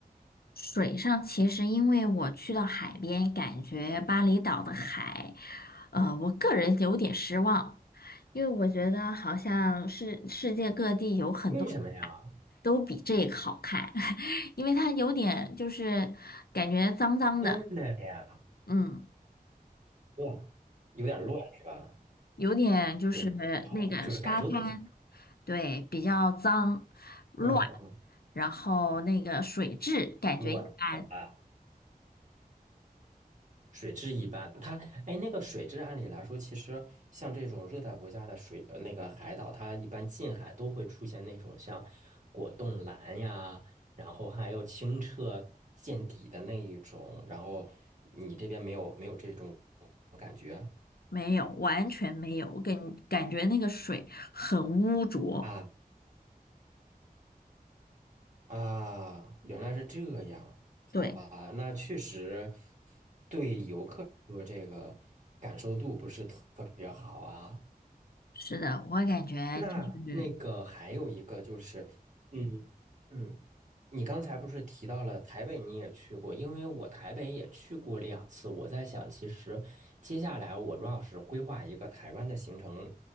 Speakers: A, on the left; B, on the right.
A: 水上其实因为我去到海边，感觉巴厘岛的海，呃，我个人有点失望，因为我觉得好像是世界各地有很多
B: 为什么呀？
A: 都比这个好看，<laughs> 因为它有点就是感觉脏脏的，
B: 真的呀？
A: 嗯，
B: 哇，有点乱是吧？
A: 有点就是那个沙滩，
B: 就不好，就是感受度不是很，
A: 对，比较脏乱，
B: 嗯，嗯
A: 然后那个水质感觉一般
B: 乱，好吧。水质一般，它哎，那个水质按理来说，其实像这种热带国家的水，呃那个海岛，它一般近海都会出现那种像果冻蓝呀，然后还有清澈见底的那一种，然后你这边没有没有这种感觉
A: 没有，完全没有，感感觉那个水很污浊。
B: 啊啊，原来是这样，
A: 对，
B: 好吧，那确实对游客来说这个感受度不是特别好啊。
A: 是的，我感觉就是，
B: 那那个还有一个就是，嗯嗯，你刚才不是提到了台北你也去过，因为我台北也去过两次，我在想，其实接下来我要是规划一个台湾的行程，